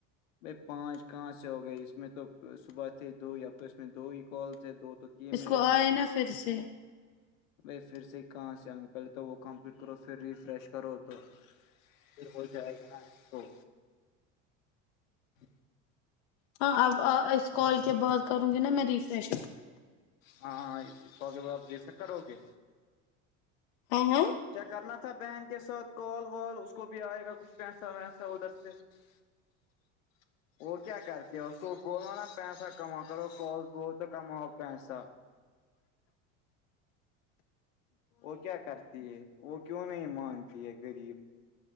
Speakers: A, on the left; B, on the left.
A: بھائی پانچ کہاں سے ہو گئی اس میں تو صبح تھی دو ہی اب تو اس میں دو ہی کال سےے دو تو یہ
B: اس
A: میرے
B: کو آئے
A: ساتھ
B: نا پھر سے
A: بھائی پھر سے ہی کہاں سے آئیں گے پہلے تو وہ کمپلیٹ کرو پھر ریفریش کرو تو پھر ہو جائے گا نا اس کو ج
B: ہاں اب اسس کال کے بعد کروں گی نا میں ریفریش
A: ہاں سوگ بدی سر کرو گے
B: ہاں ہاں
A: کیا کرنا تھا بہن کے ساتھ کال وال اس کو بھی آئے گا کچھ پیسہ ویسا ادھر سے <inaudible> وہ کیا کرتے ہے اس کو بولو نا پیسہ کما کرو کس تو کماؤ پیسا وہ کیا کرتی ہے وہ کیوں نہیں مانتی ہے غریب